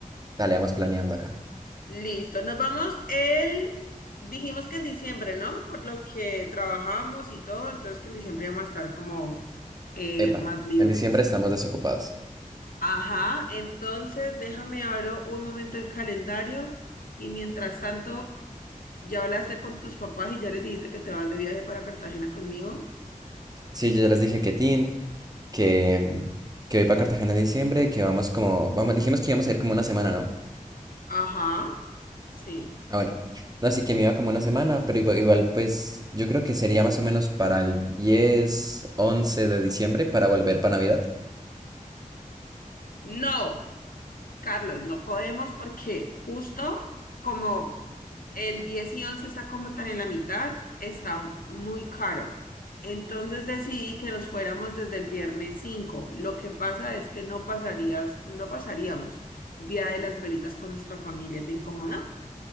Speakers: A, on the right; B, on the left.
A: Dale, vamos planeando acá.
B: Listo, nos vamos el, dijimos que en diciembre, ¿no? Por lo que trabajamos y todo, entonces que en diciembre vamos a estar como eh,
A: Epa,
B: más libres.
A: en diciembre estamos desocupados.
B: Ajá, entonces déjame abro un momento el calendario y mientras tanto, ya hablaste con tus papás y ya les dijiste que te vas de viaje para Cartagena conmigo.
A: Sí, yo ya les dije que Tin, que, mm, que voy para Cartagena en diciembre, que vamos como. Vamos, dijimos que íbamos a ir como una semana, ¿no?
B: Ajá, sí.
A: Ah, bueno. No, así que me iba como una semana, pero igua- igual, pues yo creo que sería más o menos para el 10, 11 de diciembre para volver para Navidad.
B: No, Carlos, no podemos porque justo como el 10 y 11 está como tan en la mitad, está muy caro. Entonces decidí que nos fuéramos desde el viernes 5. Lo que pasa es que no pasarías, no pasaríamos Día de las Velitas con nuestra familia. ¿Te incomoda?